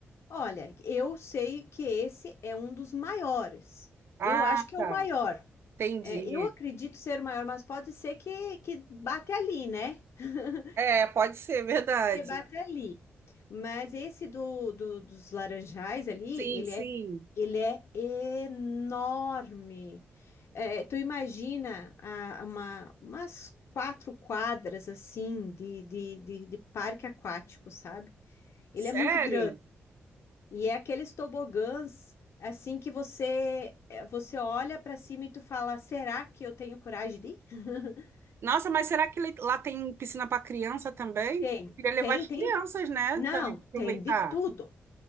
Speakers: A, on the left; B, on the right.
A: Olha, eu sei que esse é um dos maiores.
B: Ah,
A: Eu acho que é
B: tá.
A: o maior.
B: Entendi.
A: É, eu acredito ser o maior, mas pode ser que, que bate ali, né? <laughs>
B: É, pode ser, <laughs> verdade.
A: que bate ali. Mas esse do, do- dos laranjais ali,
B: Sim,
A: ele
B: sim.
A: é, ele é enorme. É, tu imagina a- uma, umas quatro quadras assim de, de, de, de parque aquático, sabe? Ele
B: Sério?
A: é muito grande. E é aqueles tobogãs assim que você é, você olha para cima e tu fala, será que eu tenho coragem de ir? <laughs>
B: Nossa, mas será que ele- lá tem piscina para criança também?
A: Tem,
B: Queria levar
A: tem,
B: as
A: tem.
B: crianças, né?
A: Não,
B: Também para aproveitar.
A: tem de tudo.